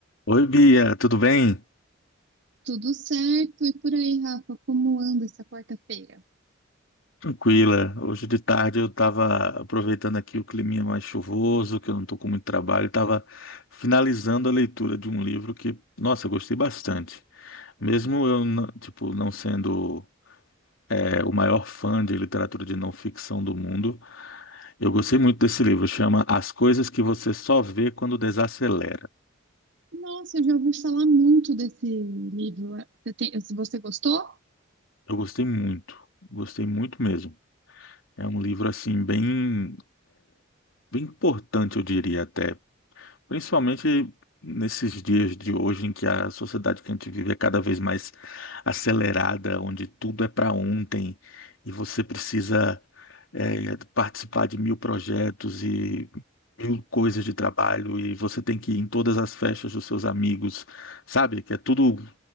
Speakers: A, on the left; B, on the right.
A: Oi, Bia, tudo bem?
B: Tudo certo, e por aí, Rafa, como anda essa quarta-feira?
A: Tranquila. Hoje de tarde eu estava aproveitando aqui o climinha mais chuvoso, que eu não estou com muito trabalho, estava finalizando a leitura de um livro que, nossa, eu gostei bastante. Mesmo eu, n- tipo, não sendo é, o maior fã de literatura de não ficção do mundo, eu gostei muito desse livro. Chama As Coisas que Você Só Vê Quando Desacelera.
B: Nossa, eu já ouvi falar muito desse livro. Você tem- você gostou?
A: Eu gostei muito, gostei muito mesmo. É um livro assim bem, bem importante, eu diria até. Principalmente nesses dias de hoje, em que a sociedade que a gente vive é cada vez mais acelerada, onde tudo é para ontem e você precisa eh, participar de mil projetos e mil coisas de trabalho, e você tem que ir em todas as festas dos seus amigos, sabe? Que é tudo